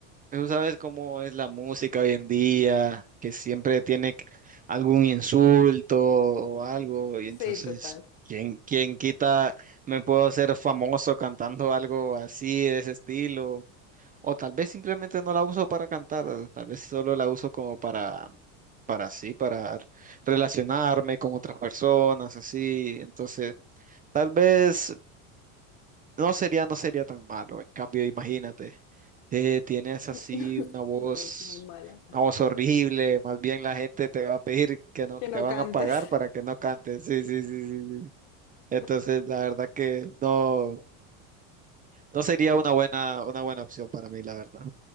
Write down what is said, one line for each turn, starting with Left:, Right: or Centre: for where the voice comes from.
Right: tú sabes cómo es la música hoy en día, que siempre tiene c- algún insulto o algo, y
Left: Sí,
Right: entonces,
Left: total.
Right: ¿quién, quién quita me puedo hacer famoso cantando algo así, de ese estilo? O tal vez simplemente no la uso para cantar, eh, tal vez solo la uso como para, para así, para relacionarme con otras personas, así. Entonces, tal vez no sería, no sería tan malo. En cambio, imagínate, eh, tienes así
Left: <laughs>
Right: una voz,
Left: Una voz muy mala.
Right: una voz horrible, más bien la gente te va a pedir que no,
Left: Que
Right: te
Left: no
Right: van
Left: cantes.
Right: a pagar para que no cantes. Sí, sí, sí, sí, sí. Entonces,
Left: <laughs>
Right: la verdad que no, no sería
Left: <laughs>
Right: una buena, una buena opción para mí, la verdad.